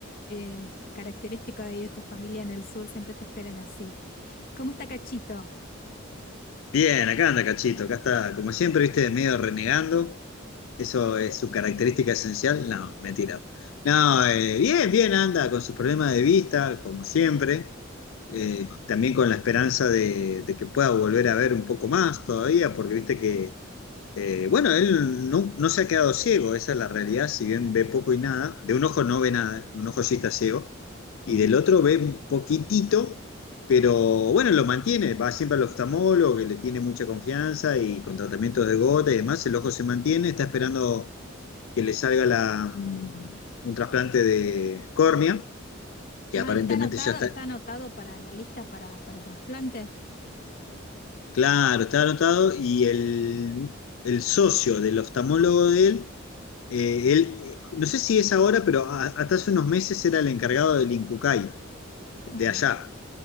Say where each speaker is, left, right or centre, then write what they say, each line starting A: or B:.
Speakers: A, on the left; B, on the left.
A: eh, característico de ahí de tu familia en el sur, siempre te esperan así. ¿Cómo está Cachito?
B: Bien, acá anda Cachito, acá está, como siempre, viste, medio renegando, ¿Eso es su característica esencial? No, mentira. No, eh, bien, bien anda con sus problemas de vista, como siempre. Eh, también con la esperanza de, de que pueda volver a ver un poco más todavía, porque viste que eh, bueno, él no, no se ha quedado ciego, esa es la realidad, si bien ve poco y nada, de un ojo no ve nada, un ojo sí está ciego,
A: Ujú.
B: y del otro ve un poquitito, pero bueno, lo mantiene, va siempre al oftalmólogo, que le tiene mucha confianza y con tratamientos de gota y demás, el ojo se mantiene, está esperando que le salga la, mm, un trasplante de córnea, que
A: Ah,
B: aparentemente
A: ¿él está anotado,
B: ya está,
A: está anotado para la lista para, para trasplante.
B: Claro, estaba anotado y el, el socio del oftalmólogo de él, eh, él, eh, no sé si es ahora, pero a- hasta hace unos meses era el encargado del Incucay de
A: Ajá.
B: allá.